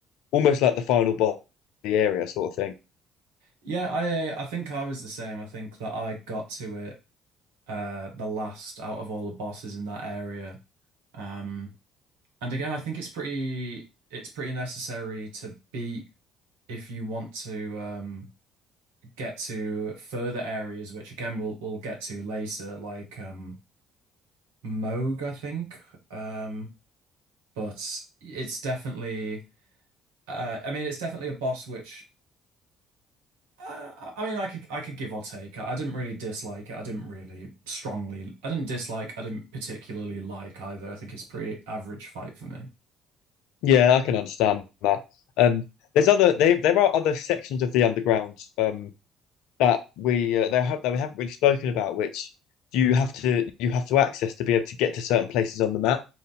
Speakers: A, on the left (about 70°); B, on the right (about 80°).
A: almost like the final boss of the area sort of thing.
B: yeah I I think I was the same I think that I got to it uh the last out of all the bosses in that area um And again, I think it's pretty it's pretty necessary to beat if you want to um, get to further areas, which again we'll we'll get to later, like um, Moog, I think. Um, but it's definitely uh, I mean it's definitely a boss which uh, I I mean I could I could give or take. I didn't really dislike it. I didn't really strongly. I didn't dislike. I didn't particularly like either. I think it's a pretty average fight for me.
A: Yeah, I can understand that. Um, there's other they, there are other sections of the underground um that we uh, there that we haven't really spoken about, which you have to you have to access to be able to get to certain places on the map.